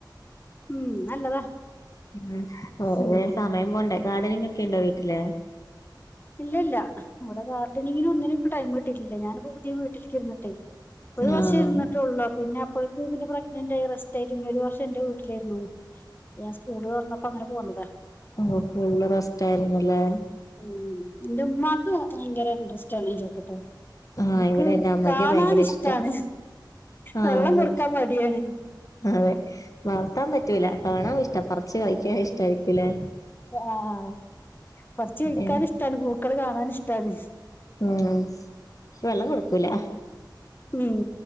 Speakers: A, on the left; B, on the left.
A: ഉം നല്ലതാ
B: ഉം കൊറേ
A: ഉം
B: സമയം പോണ്ടേ ഗാർഡനിങ് ഒക്കെ ഉണ്ടോ വീട്ടില്
A: ഇല്ല ഇല്ല ഇവിടെ ഗാർഡനിങ്ങിനും ഒന്നിനും എനിക്ക് ടൈം കിട്ടിയിട്ടില്ല ഞാനിപ്പോ പുതിയ വീ ട്ടിലേക്കിരുന്നിട്ടേ ഒരു
B: ആഹ്
A: വർഷം ഇരുന്നിട്ടേയൊള്ളൂ പിന്നെ അപ്പോഴേക്ക് പിന്നെ പ്രഗ്നന്റായി റസ്റ്റായിക്കും പിന്നെ ഒരു വർഷം എന്റെ വീട്ടിലായിരുന്നു ഞാൻ സ്കൂള് തൊറന്നപ്പോ അങ്ങനെ പോന്നതാ
B: ഓ ഫുള്ള് റെസ്റ്റായിരുന്നല്ലേ
A: ഉം എന്റെ ഉമ്മാക്ക് ഭയങ്കര ഇൻട്രസ്റ്റാണ് ഇലോക്കട്ടെ
B: ആഹ്
A: എനിക്ക്
B: ഇവിടെ എന്റെ അമ്മയ്ക്ക്
A: കാണാൻ
B: ഭയങ്കര
A: ഇഷ്ടാണ്
B: ഇഷ്ടാ ആഹ്
A: വെള്ളം
B: അമ്മയ്ക്ക്
A: കൊടുക്കാൻ മടിയാണ്
B: അതെ വളർത്താൻ പറ്റൂല കാണാൻ ഇഷ്ടം പറ ച്ചു കഴിക്കാൻ ഇഷ്ടായിരിക്കൂല്ലേ
A: ആഹ് പറിച്ച് കഴിക്കാൻ
B: ഏ
A: ഇഷ്ടാണ് പൂക്കള് കാണാൻ ഇഷ്ടാണ്
B: ഉം വെള്ളം കൊടുക്കൂല
A: ഉം